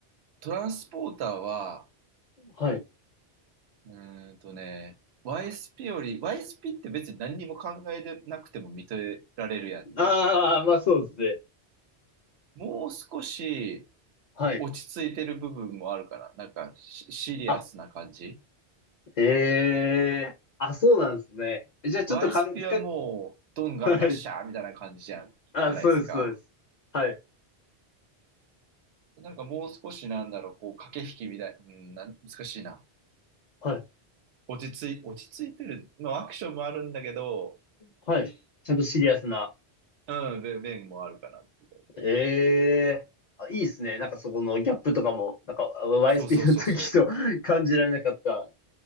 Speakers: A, on the right (about 75°); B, on the left (about 50°).
A: トランスポーターは、
B: はい。
A: うーんとね、YSP より、YSP って別に何にも考えてなくても認められるやんね。
B: ああ、まあそうですね。
A: もう少し
B: はい。
A: 落ち着いてる部分もあるから、なんかシシリアスな感じ。
B: あ、ええーあ、そうなんですね。じゃあちょっとかん、
A: ワイスピはもう、
B: 深く、
A: どんがらがっしゃーみたいな感じじゃん、
B: はい。あ、
A: じゃないですか。
B: そうです、そうです。はい。
A: なんかもう少しなんだろう、こう、駆け引きみたい、うん、なん、難しいな。
B: はい。
A: 落ち着い、落ち着いてる。まあ、アクションもあるんだけど、
B: はい。ちゃんとシリアスな。
A: うん、面面もあるかなっていう。
B: ええあ、いいっすね。なんかそこのギャップとかも、なんか YSP
A: そうそうそうそ
B: の時と <laughs> 感じられなかった